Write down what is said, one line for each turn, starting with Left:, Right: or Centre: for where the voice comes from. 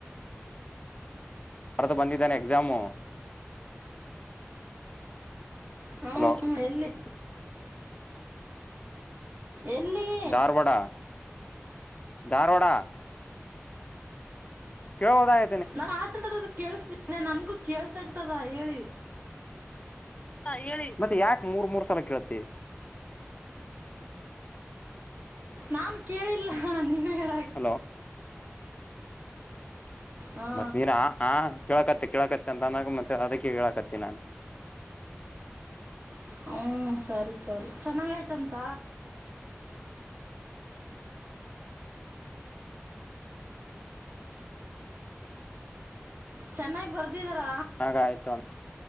Left: ಬರ್ತ ಬಂದಿದ್ದಾನೆ ಎಕ್ಸಾಮು
Right: ಹ
Left: ಹಲೋ
Right: ಹ ಎಲ್ಲಿ ಎಲ್ಲಿಯ
Left: ಧಾರವಾಡ ಧಾರವಾಡ ಕೆೇಳ ಹೊದಾಯ
Right: ನಾ ಆತ ಕೇಳಿಸತನೆ ನಮಗೂ ಕೇಸ ಆಗ್ತದ ಹೇಳಿ
Left: ಹೇಳಿ ಮತ್ತೆ ಯಾಕ ಮೂರ್ ಮೂರ್ ಸಲ ಕೇಳತ್ತತಿ
Right: ನಾನ್ ಕೇಳಿಲ್ಲ ನೀವ ಹೇಳ
Left: ಹಲೋ
Right: ಹಾ
Left: ಮದೀರ ಹಾ ಕೇಳಕತ್ತ ಕೇಳಕತ್ತ ಅಂತ ಅನ ಮತ್ತೆ ಅದಕ್ಕೆ ಕೇಳಕತ್ತತಿ ನಾನ್
Right: ಹ್ಮ ಸರಿ ಸರಿ ಚೆನ್ನಾಗಯ್ತಂತ ಚೆನ್ನಾಗಿ ಬರ್ ರ
Left: ಹಾಗ ಆಯಿತು ಅ